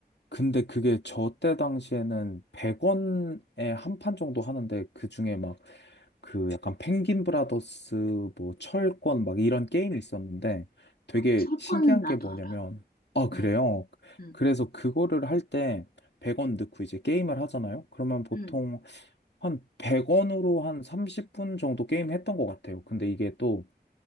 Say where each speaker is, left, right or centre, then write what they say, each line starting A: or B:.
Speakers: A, on the left; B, on the left.
A: 근데 그게 저 때 당시에는 100원에 한 판 정도 하는데, 그 중에 막, 그 약간 펭귄 브라더스, 뭐, 철권, 막 이런 게임이 있었는데, 되게
B: 철
A: 신기한
B: 거는 나도
A: 게 뭐냐면,
B: 알아.
A: 아, 그래요?
B: 응, 응,
A: 그래서 그거를 할 때, 100원 넣고 이제 게임을 하잖아요? 그러면 보통
B: 응.
A: 한 100원으로 한 30분 정도 게임 했던 것 같아요. 근데 이게 또